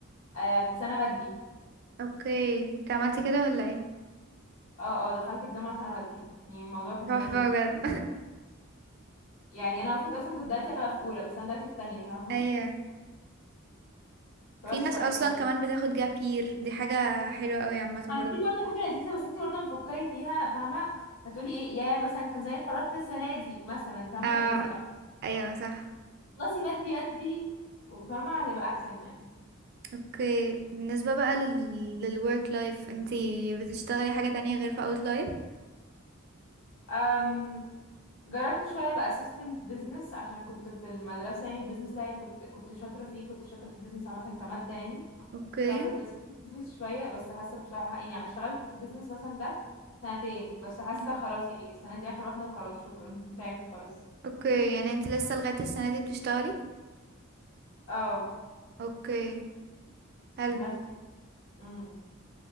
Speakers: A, on the left; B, on the right.
A: آه بسنه بدري
B: اوكي انت عملتي كده ولا ايه
A: اه اه دخلت الجامعه سنه بدري يعني الموضوع كان
B: تحفة
A: روش قوي
B: بجد
A: بصراحة. يعني انا المفروض اصلا كنت دلوقتي ابقى في اولى بس انا دلوقتي في تانية فاهمه
B: <laughs> ايوه
A: فبس
B: في ناس
A: ف- ف-
B: اصلا كمان بتاخد جاب يير دي حاجة حلوة قوي عامة برضه
A: دي برضه حاجه لذيذه بس انت برضه لما تفكري فيها فاهمه هتقولي ايه يا مثلا كان زي اتخرجت السنه دي مثلا فاهمه
B: اه
A: لو انت
B: ايوه صح
A: خلصي بدري بدري وفاهمه هتبقى احسن يعني
B: اوكي بالنسبة بقى لل... للwork life انتي بتشتغلي حاجة تانية غير في outlier
A: أم جربت شويه بقى assistant business عشان كنت في المدرسه يعني البيزنس بتاعي كنت كنت شاطره فيه كنت شاطره في البيزنس عامه كماده يعني
B: اوكي
A: فكنت اسيب البيزنس شويه بس حاسه بصراحه يعني اشتغلت في البيزنس مثلا ده سنتين بس حاسه
B: مم.
A: خلاص يعني السنه دي اخر واحده وخلاص شكرا <laughs> تعبت خلاص
B: اوكي يعني انت لسه لغاية السنة دي بتشتغلي
A: اه
B: اوكي حلو
A: بس امم